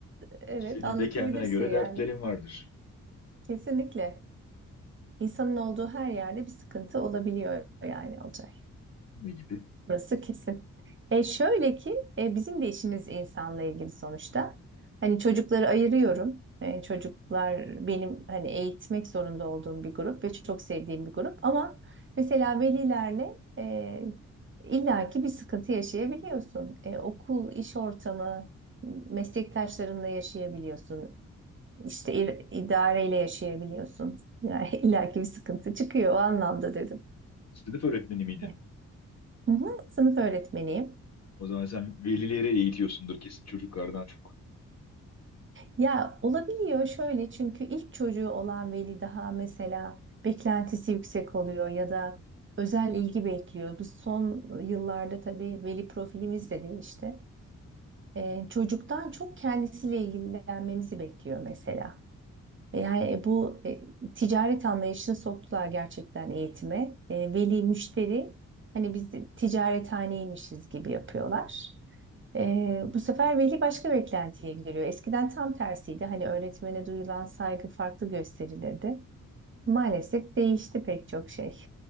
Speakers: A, on the right (about 40°); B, on the left (about 55°).
A: evet
B: senin
A: anlatabilirsin
B: de kendine göre
A: yani.
B: dertlerin vardır.
A: Kesinlikle. İnsanın olduğu her yerde bir sıkıntı olabiliyor yani olacak.
B: Ne gibi?
A: Burası kesin. E şöyle ki e, bizim de işimiz insanla ilgili sonuçta. Hani çocukları ayırıyorum. E, çocuklar benim hani eğitmek zorunda olduğum bir grup ve çok sevdiğim bir grup. Ama mesela velilerle e, illaki bir sıkıntı yaşayabiliyorsun. E, okul, iş ortamı, meslektaşlarınla yaşayabiliyorsun. İşte ir- idareyle yaşayabiliyorsun. Yani <laughs> illaki bir sıkıntı çıkıyor o anlamda dedim.
B: Sınıf öğretmeni miydin?
A: E, Hı hı, sınıf öğretmeniyim.
B: O zaman sen velileri eğitiyorsundur kesin çocuklardan çok.
A: Ya olabiliyor şöyle çünkü ilk çocuğu olan veli daha mesela beklentisi yüksek oluyor ya da özel ilgi bekliyor. Bu son yıllarda tabii veli profilimiz de değişti. Ee, çocuktan çok kendisiyle ilgilenmemizi bekliyor mesela. E, Yani e, bu e, ticaret anlayışını soktular gerçekten eğitime. E, veli müşteri hani biz de ticarethaneymişiz gibi yapıyorlar. E, bu sefer veli başka beklentiye giriyor. Eskiden tam tersiydi. Hani öğretmene duyulan saygı farklı gösterilirdi. Maalesef değişti pek çok şey.